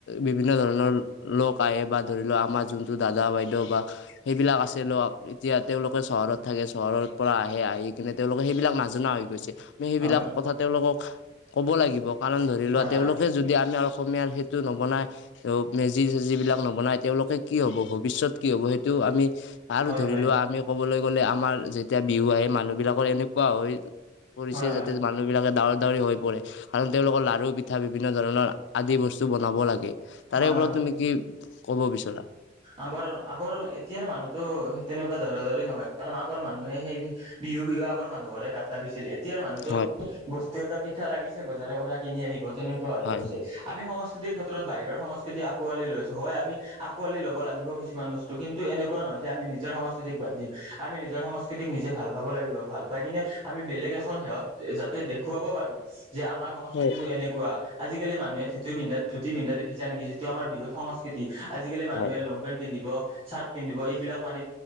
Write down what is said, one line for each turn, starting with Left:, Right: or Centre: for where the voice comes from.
Left: বিভিন্ন ধৰণৰ লোক আহে বা ধৰি লও আমাৰ যোনটো দাদা বাইদেউ বা সেইবিলাক আছে ল এতিয়া তেওঁলোকে চহৰত থাকে চহৰ পৰা আহে আহি কিনে তেওঁলোকৰ সেইবিলাক নাজনা হৈ গৈছে। আ সেইবিলাক
Right: হয়
Left: কথা তেওঁলোকক ক'ব লাগিব কাৰণ ধৰি
Right: হয়
Left: লোৱা তেলোকে
Right: হয়
Left: যদি আমি অসমীয়াৰ টো নবনায়, মেজি চেজি বিলাক নবনাই তেওঁলোকে কি হব ভৱিষ্যত কি হব সেইটো আমি আৰু
Right: হয়
Left: ধৰি
Right: হয়
Left: লোৱা আমি ক'বলৈ গ'লে আমাৰ যেতিয়া বিহু আহে মানুহ বিলাকৰ এনেকুৱা হয় কৰিছে
Right: হয় হয়
Left: যাতে মানুহ বিলাকে ডাৱৰ দাাৱৰি হৈ পৰে। কাৰণ তেওঁলোকৰ লাৰু পিঠা বিভিন্ন ধৰণৰ আদি বস্তু বনাব লাগে তাৰে
Right: হয়
Left: ওপৰত
Right: হয়
Left: তুমি কি ক'ব বিচৰা?
Right: আগৰ আগৰ এতিয়াৰ মানুহতো সেই তেনেকুৱা ধৰা ধৰি নহয় কাৰণ আগৰ মানুহে সেই বিহু বিহু আগৰ মানুহৰে গাত লাগিছিলে। এতিয়াৰ মানুহতো
Left: হয়
Right: বস্তু এটা পিঠা লাগিছে বজাৰৰ পৰা কিনি আনিব তেনেকুৱা হৈ
Left: হয়
Right: পৰিছে। আমি সং স্কৃতিৰ ক্ষেত্ৰত বাহিৰৰ সংস্কৃতি আকোৱালি লৈছো, হয় আমি আকোৱাল ল'ব লাগিব কিছুমান বস্তু কিন্তু এনেকুৱা নহয় যে আমি নিজৰ সং ষ্কূতিক বাদ দিম, আমি নিজৰ সংস্কৃতিক নিজে ভাল পাব লাগিব ভাল পাই কিনে আমি বেলেগ এখন সেহত যাতে দেখুৱাব পাৰো যে, আমাৰ সংস্কৃতিটো
Left: হয়
Right: এনেক কোৱা আজিকালি মানুহে ধুতি পিন্ধা ধুতি পিন্ধা দেখিছা নেকি যিটো আমাৰ বিহুত সং ষ্কূতি আজিকালি মানুহে
Left: হয়
Right: লং পেন্ট পিন্ধিব, চাৰ্ট পিন্ধিব এইবিলাক মাৰি